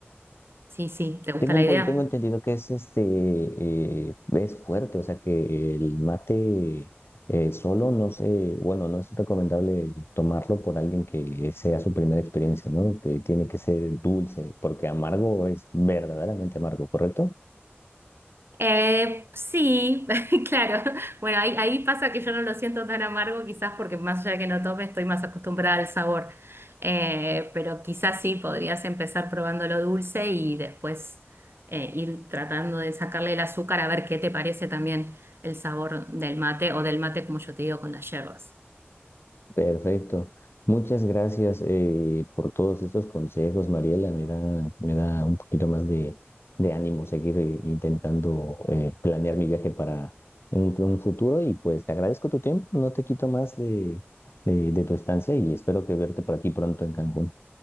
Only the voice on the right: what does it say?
Sí, sí, ¿te gusta
la
idea?
Eh, sí, <laughs> claro. Bueno, ahí, ahí pasa que yo no lo siento tan amargo, quizás porque más allá de que no tome, estoy más acostumbrada al sabor. Eh, pero quizás sí, podrías empezar probando lo dulce y después eh, ir tratando de sacarle el azúcar a ver qué te parece también el sabor del mate o del mate, como yo te digo, con las hierbas.